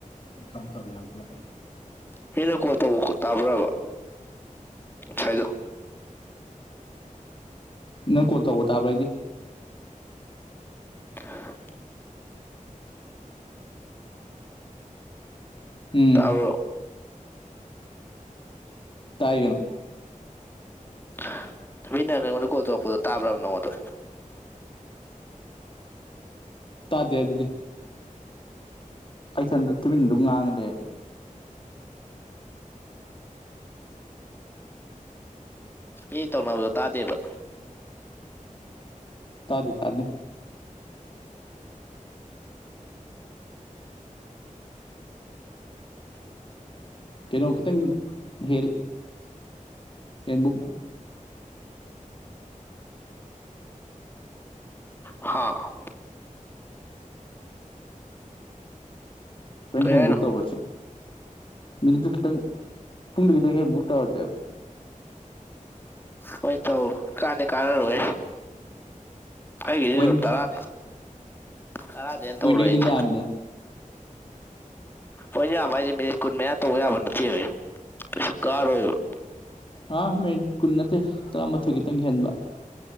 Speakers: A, on the left (about 40°); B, on the left (about 15°).
A: ꯁ ꯆ ꯌꯥ <unintelligible>
B: ꯃꯤꯅ ꯀꯣꯜ ꯇꯧꯕ ꯇꯥꯕ꯭ꯔꯕ ꯉꯁꯥꯏꯗꯣ
A: ꯅꯪ ꯀꯣꯜ ꯇꯧꯕ ꯇꯥꯕ꯭ꯔ ꯍꯥꯏꯗꯤ
B: <unintelligible>
A: <unintelligible> ꯎꯝ
B: ꯇꯥꯕ꯭ꯔꯣ <unintelligible>
A: ꯇꯥꯏ ꯀꯩꯅꯣ
B: <unintelligible> ꯅꯪꯉꯣꯟꯗ ꯀꯣꯜ ꯇꯧꯔꯛꯄꯗꯣ ꯇꯥꯕ꯭ꯔꯕ ꯅꯪꯉꯣꯟꯗ
A: ꯇꯥꯗꯦ ꯑꯗꯨꯗꯤ ꯑꯩ ꯊꯟꯗ ꯇꯨꯃꯤꯟꯗꯨꯝ ꯉꯥꯡꯉ ꯂꯩꯌꯦꯕ <unintelligible>
B: ꯃꯤ ꯇꯧꯅꯕꯗꯣ ꯇꯥꯗꯦꯕ
A: ꯇꯥꯗꯦ ꯇꯥꯗꯦ ꯀꯩꯅꯣ ꯈꯤꯇꯪ ꯍꯦꯜ ꯍꯦꯟꯕꯨꯛ <unintelligible>
B: ꯍꯥꯥ
A: ꯈꯤꯇꯪ
B: ꯀꯩ
A: ꯍꯦꯟꯕꯨꯛ
B: ꯍꯥꯏꯅꯣ
A: ꯇꯧꯔꯁꯦ ꯃꯤꯅꯤꯠꯇꯨ ꯈꯤꯇꯪ ꯄꯨꯡꯗꯨ ꯈꯤꯇꯪ ꯍꯦꯟꯕꯨꯛ ꯇꯧꯔꯁꯦꯕ
B: ꯍꯣꯏ ꯇꯧ ꯀꯥꯟꯗꯤ ꯀꯥꯟꯅ ꯔꯣꯏ ꯑꯩꯒꯤꯗꯤ
A: ꯄꯣꯏꯟ
B: ꯇꯔꯥꯗ ꯇꯔꯥꯗꯩ ꯍꯦꯟꯅ
A: ꯄꯣꯏꯟꯗꯨ
B: ꯇꯧꯔꯣꯏ
A: ꯈꯤꯇꯪ
B: ꯑꯩꯗꯤ
A: ꯌꯥꯝꯃꯤꯗꯅ
B: ꯍꯣꯏꯅꯦ ꯌꯥꯕ ꯍꯥꯏꯖꯦ ꯃꯤꯅꯤꯠ ꯀꯨꯟ ꯃꯌꯥ ꯇꯧꯕ ꯌꯥꯕ ꯅꯠꯇꯦꯃꯦ ꯀꯩꯁꯥ ꯀꯥꯔꯣꯏꯕ
A: ꯑꯥ ꯃꯤꯑꯤꯠ ꯀꯨꯟ ꯅꯠꯇꯦ ꯇꯔꯥꯃꯥꯊꯣꯏ ꯈꯤꯇꯪ ꯍꯦꯟꯕ